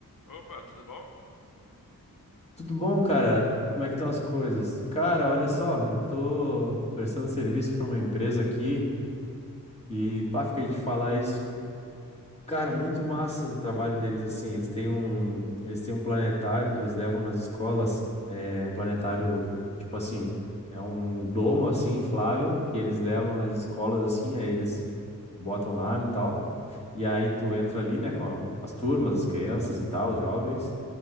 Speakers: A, on the left; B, on the left.
A: Opa, tudo bom?
B: Tudo bom, cara? Como é que estão as coisas? Cara, olha só, eu tô prestando serviço para uma empresa aqui e pá, fica de te falar isso. Cara, muito massa o trabalho deles assim. Eles têm um, eles têm um planetário que eles levam nas escolas, é um planetário tipo assim, é um domo assim inflável que eles levam nas escolas assim, aí eles botam lá e tal. E aí tu entra ali, né, com a- as turmas, as crianças e tal, os jovens.